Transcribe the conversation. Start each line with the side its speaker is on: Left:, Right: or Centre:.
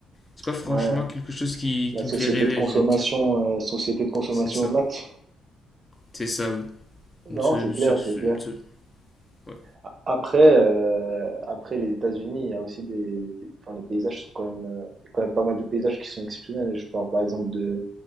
Left: c'est pas franchement
Right: Ouais,
Left: quelque chose qui,
Right: la
Left: qui
Right: société
Left: me fait rêver,
Right: de consommation,
Left: je vais te dire.
Right: euh, société de consommation
Left: C'est ça.
Right: au max.
Left: C'est ça, oui. Une
Right: Non,
Left: se-
Right: c'est clair,
Left: sur,
Right: c'est
Left: une
Right: clair.
Left: se- ouais.
Right: A- Après, euh, après les États-Unis, il y a aussi des, des- enfin, les paysages sont quand même, euh, il y a quand même pas mal de paysages qui sont exceptionnels. Je parle par exemple de,